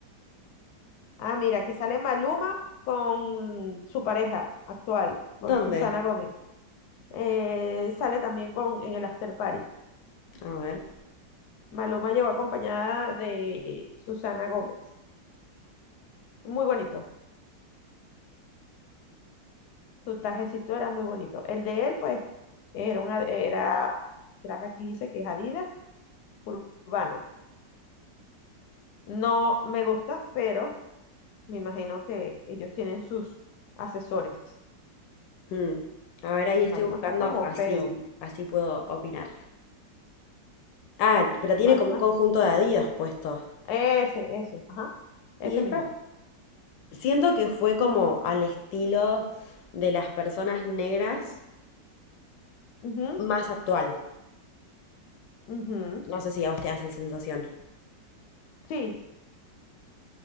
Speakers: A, on the left; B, on the left.
A: Ah, mira, aquí sale Maluma con su pareja actual, con
B: ¿Dónde?
A: Susana Gómez. Eh, sale también con, en el After Party.
B: A ver.
A: Maluma llegó acompañada de Susana Gómez. Muy bonito. Su trajecito era muy bonito. El de él, pues, era, una, era un traje aquí, dice que es Adidas ur- urbano. No me gusta, pero me imagino que ellos tienen sus asesores.
B: Hmm. A ver, ahí estoy
A: Maluma
B: buscando,
A: está como
B: así,
A: feo.
B: así puedo opinar. Ah, pero tiene
A: Maluma,
B: como un conjunto de Adidas puesto.
A: ese, ese, ajá, ese
B: Y esta,
A: mismo.
B: siento que fue como al estilo de las personas negras
A: Ujú,
B: más actual.
A: ujú.
B: No sé si a vos te hace sensación.
A: Sí,